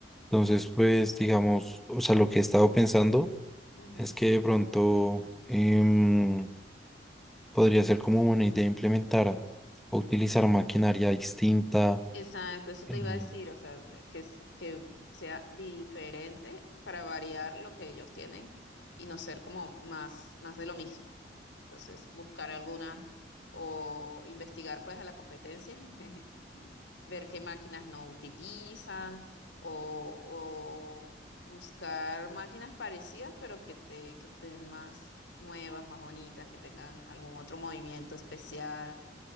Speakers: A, in the centre; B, on the left.
A: Entonces, pues digamos, o sea, lo que he estado pensando
B: Ujú.
A: es que de pronto em, podría ser como una idea implementar o utilizar maquinaria distinta.
B: Exacto, eso te
A: em,
B: iba a decir, o sea, que, es- que sea diferente para variar lo que ellos tienen y no ser como más, más de lo mismo. Entonces, buscar alguna o investigar pues a la competencia, <laughs> ver qué máquinas no utilizan o, o buscar máquinas parecidas, pero que te, que estén más nuevas, más bonitas, que tengan algún otro movimiento especial